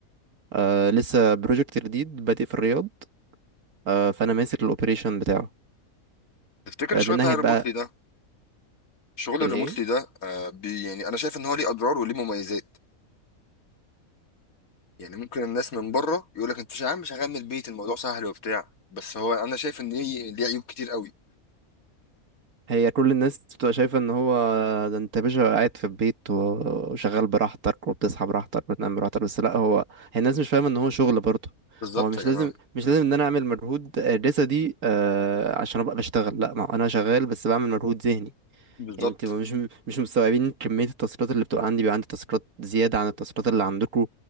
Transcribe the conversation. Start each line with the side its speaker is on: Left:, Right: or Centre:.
Right: آه، لسه بروجكت جديد بادئ في الرياض آه، فانا ماسك الاوبريشن بتاعه
Left: تفتكر
Right: آه،
Left: الشغل
Right: من ناحيه
Left: بتاع الريموتلي
Right: بقى
Left: ده شغل
Right: الايه
Left: الريموتلي ده آه بي يعني انا شايف ان هو ليه اضرار وليه مميزات يعني ممكن الناس من بره يقول لك انت يا عم شغال من البيت الموضوع سهل وبتاع بس هو انا شايف ان ليه ليه عيوب كتير قوي
Right: هي كل الناس بتبقى شايفه ان هو ده انت يا باشا قاعد في البيت و- وشغال براحتك وبتصحى براحتك وبتنام براحتك بس لا هو هي الناس مش فاهمه ان هو شغل برضه
Left: بالظبط
Right: هو مش
Left: يا جماعه
Right: لازم مش لازم ان انا اعمل مجهود آه، جسدي آه، عشان ابقى بشتغل لا ما هو انا شغال بس بعمل مجهود ذهني
Left: بالظبط
Right: يعني انت مش مش مستوعبين كمية التاسكات اللي بتبقى عندي بيبقى عندي تاسكات زيادة عن التاسكات اللي عندكم